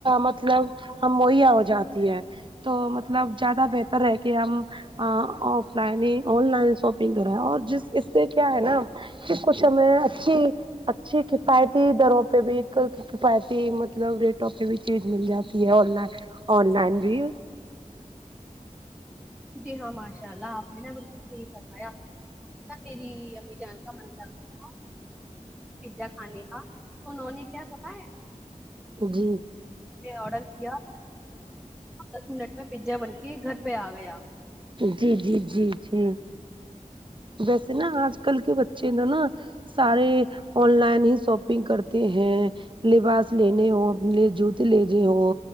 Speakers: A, on the right (about 40°); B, in the centre.
A: مطلب مہیا ہو جاتی ہے تو مطلب جیادہ بہتر ہے کہ ہم ا آف لائن نہی آن لائن شاپنگ کریں ہے اور جس اس سے کیا ہے نہ پھر کچھ ہمیں اچھی اچھی کفایتی دروں پہ بھی ایک کفایتی مطلب ریٹوں پہ بھی چیز مل جاتی ہے آن لائن آن لائن بھی
B: جی ہاں ماشاء اللہ آپ نے نا بالکل صحیح فرما یا میری امی جان کا من کر تا تھا پیزا کھانے کا تو انہوں نے کیا پتہ ہے
A: جی
B: اں آڈر کیا دس منٹ میں پیزا بن کے گھر پہ آ گیا
A: جی جی جی جی ویسے نہ آج کل کے بچے نہ نہ سارے آن لائن ہی شاپنگ کرتے ہیں لباس لینے ہو اپنے جوتے لینے ہو